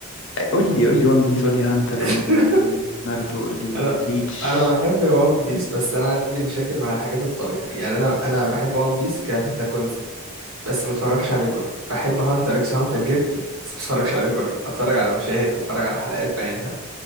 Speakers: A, on the left; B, on the right.
A: قول لي قول لي ون بيس قول لي هانتر
B: <laughs>
A: قول لي ناruto قول لي
B: انا
A: بليتش
B: انا بحب وان بيس بس انا عندي مشاكل مع الحاجات الطويله يعني انا انا بحب وان بيس ك ككونسبت بس ما اتفرجش عليه كله بحب هانتر اكس هانتر جدا بس ما اتفرجش عليه كله اتفرج على مشاهد اتفرج على حلقات بعينها